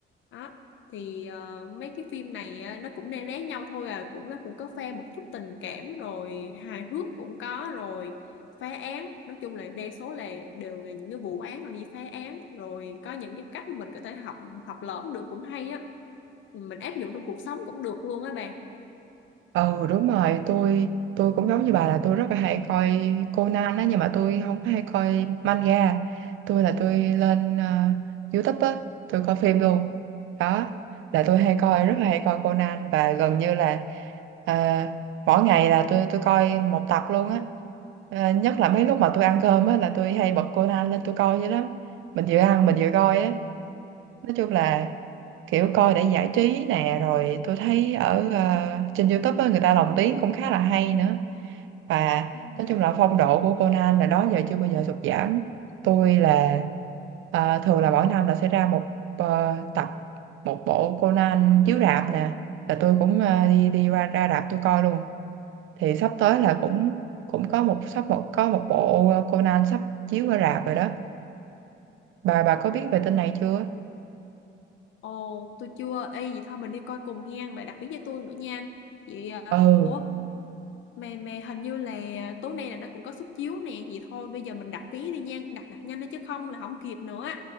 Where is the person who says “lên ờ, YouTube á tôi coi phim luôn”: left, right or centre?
Right